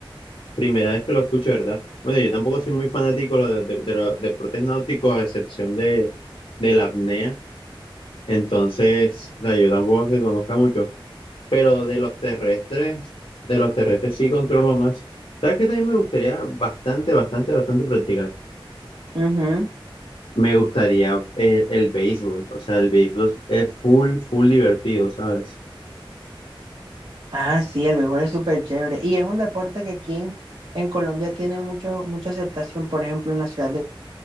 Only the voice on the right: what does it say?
Ujú.
Ah, sí, el béisbol es súper chévere. Y es un deporte que aquí en, en Colombia tiene mucho, mucha aceptación, por ejemplo, en la ciudad de